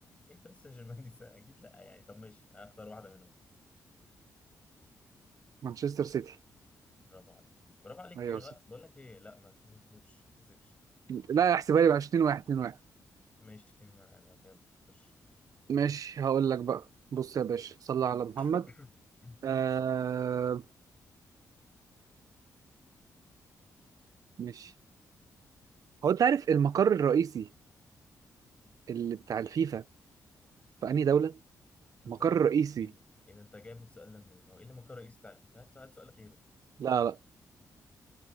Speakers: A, on the left (about 20°); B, on the right (about 65°).
A: ايه باريس سان جيرمان دي <laughs> سنة؟ اكيد لا يعني طب ماشي هختار واحده منهم
B: مانشستر سيتي
A: برافو عليك برافو عليك
B: ايوه
A: ايه غ...
B: صح
A: بقول لك ايه لا ما تحسبش ما تحسبش
B: لا احسبها لي بقى 2 1 2 1
A: ماشي 2 1 يلا خش
B: ماشي هقول لك بقى بص يا باشا صلى على محمد
A: <coughs>
B: آه...
A: اتفضل
B: ماشي هو انت عارف المقر الرئيسي اللي بتاع الفيفا في انهي دولة؟
A: انت
B: المقر
A: ايه
B: الرئيسي
A: ده ايه ده ايه ده انت جايب السؤال ده منين هو ايه اللي مقر رئيسي بتاع الفيفا هات هات سؤال غيره
B: لا لا